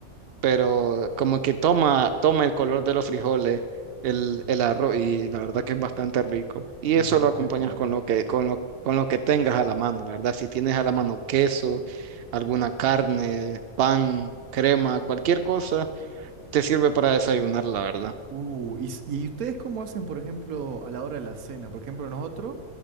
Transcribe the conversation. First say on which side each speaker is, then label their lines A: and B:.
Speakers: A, on the right (about 70°); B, on the right (about 85°).
A: pero como que toma, toma el color de los frijoles, el, el arroz, y la verdad que es bastante rico. Y
B: Arroz
A: eso lo acompañas
B: y frijoles.
A: con lo que, con lo, con lo que tengas a la mano, la verdad. Si tienes a la mano queso, alguna carne, pan, crema, cualquier cosa, te sirve para desayunar, la verdad.
B: Uh, y, s- ¿y ustedes cómo hacen, por ejemplo, a la hora de la cena? Por ejemplo, nosotros,